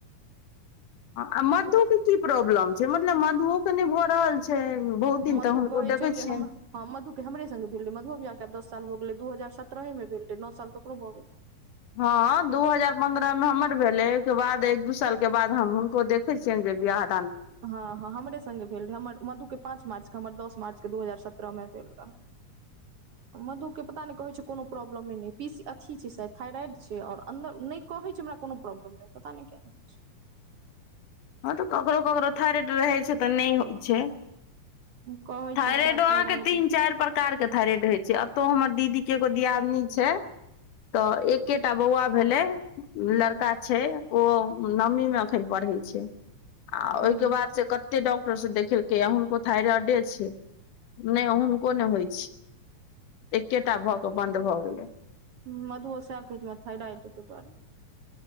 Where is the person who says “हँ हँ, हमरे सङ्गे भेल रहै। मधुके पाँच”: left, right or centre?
Right